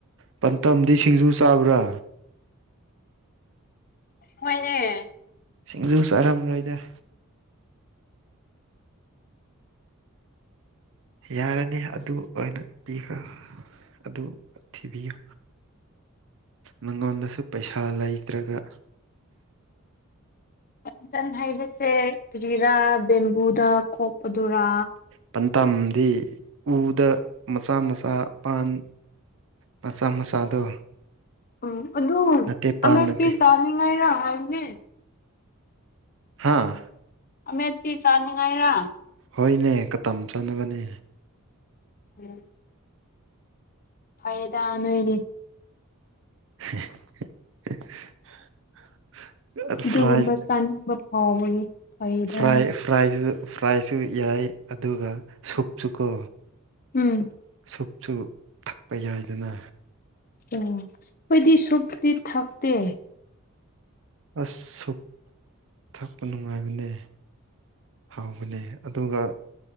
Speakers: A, on the right; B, on the left.
A: ꯄꯟꯇꯝꯗꯤ ꯁꯤꯡꯖꯨ ꯆꯥꯕ꯭ꯔꯥ
B: ꯍꯣꯏꯅꯦ
A: ꯁꯤꯡꯖꯨ ꯆꯥꯔꯝꯔꯣꯏꯗ ꯌꯥꯔꯅꯤ ꯑꯗꯨ ꯑꯣꯏꯅ ꯄꯤꯈ꯭ꯔꯣ ꯑꯗꯨ ꯊꯤꯕꯤꯌꯨ ꯅꯪꯉꯣꯟꯗꯁꯨ ꯄꯩꯁꯥ ꯂꯩꯇ꯭ꯔꯒ <inaudible>
B: ꯄꯟꯇꯟ ꯍꯥꯏꯕꯁꯦ ꯀꯔꯤꯔꯥ ꯕꯦꯝꯕꯨꯗ ꯀꯣꯛꯄꯗꯨꯔꯥ
A: ꯄꯟꯇꯥꯝꯗꯤ ꯎꯗ ꯃꯆꯥ ꯃꯆꯥ ꯄꯥꯟ ꯃꯆꯥ ꯃꯆꯥꯗꯣ
B: ꯎꯝ ꯑꯗꯨ
A: ꯅꯠꯇꯦ ꯄꯥꯟ
B: ꯑꯃꯦꯠꯄꯤ
A: ꯅꯠꯇꯦ
B: ꯆꯥꯅꯤꯡꯉꯥꯏꯔꯥ ꯍꯥꯏꯕꯅꯦ
A: ꯍꯥꯥ
B: ꯑꯃꯦꯠꯄꯤ ꯆꯥꯅꯤꯡꯉꯥꯏꯔꯥ
A: ꯍꯣꯏꯅꯦ ꯀꯇꯝ ꯆꯥꯅꯕꯅꯦ
B: ꯎꯝ ꯐꯩꯌꯦꯗꯥ ꯅꯣꯏꯗꯤ
A: <inaudible>
B: ꯑꯗꯨꯒꯨꯝꯕ
A: ꯐ꯭ꯔꯥꯏ
B: ꯆꯥꯅꯤꯡꯕ ꯐꯥꯎꯕꯒꯤ ꯐꯩꯗ
A: ꯐꯔ꯭ꯥꯢ ꯐꯔ꯭ꯥꯢꯁꯨ ꯐ꯭ꯔꯥꯏꯁꯨ ꯌꯥꯏ ꯑꯗꯨꯒ ꯁꯨꯞꯁꯨꯀꯣ
B: ꯎꯝ
A: ꯁꯨꯞꯁꯨ ꯊꯛꯄ ꯌꯥꯏꯗꯅ
B: ꯎꯝ ꯈꯣꯏꯗꯤ ꯁꯨꯞꯇꯤ ꯊꯛꯇꯦ
A: ꯑꯁ ꯁꯨꯞ ꯊꯛꯄ ꯅꯨꯡꯉꯥꯏꯕꯅꯦ ꯍꯥꯎꯕꯅꯦ ꯑꯗꯨꯒ